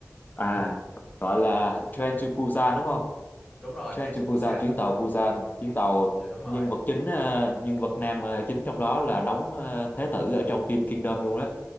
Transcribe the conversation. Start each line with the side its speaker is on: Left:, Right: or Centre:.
Left: à gọi là Train to Busan đúng không
Centre: đúng rồi
Left: Train
Centre: Train to
Left: to Busan
Centre: Busan
Left: chuyến
Centre: đúng
Left: tàu
Centre: rồi
Left: Busan chuyến tàu
Centre: dạ đúng rồi
Left: nhân vật chính ờ, nhân vật nam ờ, chính trong đó là đóng ờ, Thế tử ở trong phim Kingdom luôn đó